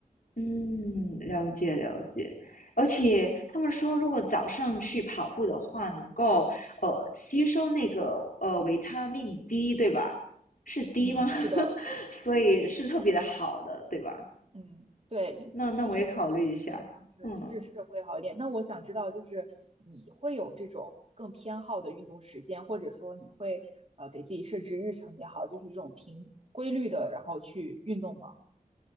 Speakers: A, on the left; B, on the right.
A: 嗯，了解了解，而且他们说，如果早上去跑步的话，能够呃吸收那个呃维他命 D，对吧？是 D
B: 嗯，
A: 吗？
B: 是的，
A: <laughs> 所以是特别的好的，对吧？
B: 嗯，对，
A: 那那我也考虑一下。
B: 就是早上是是是会好一点。
A: 嗯
B: 那我想知道，就是你会有这种更偏好的运动时间，或者说你会呃给自己设置日程也好，就是这种平规律的，然后去运动吗？